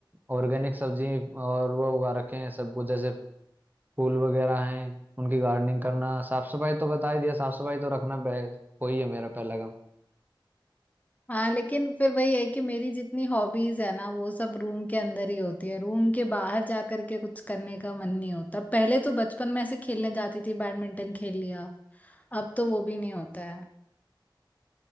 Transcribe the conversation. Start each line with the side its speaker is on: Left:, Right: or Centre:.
Right: ऑर्गेनिक सब्जी और वो उगा रखे हैं सब कुछ जैसे फूल वगैरह हैं उनकी गार्डनिंग करना साफ सफाई तो बता ही दिया साफ सफाई तो रखना बे- कोई है मेरा पहला
Left: हाँ लेकिन फिर वही है कि मेरी जितनी हॉबीज है ना वो सब रूम के अंदर ही होती है रूम के बाहर जा करके कुछ करने का मन नहीं होता पहले तो बचपन में ऐसे खेलने जाती थी बैडमिंटन खेल लिया अब तो वो भी नहीं होता है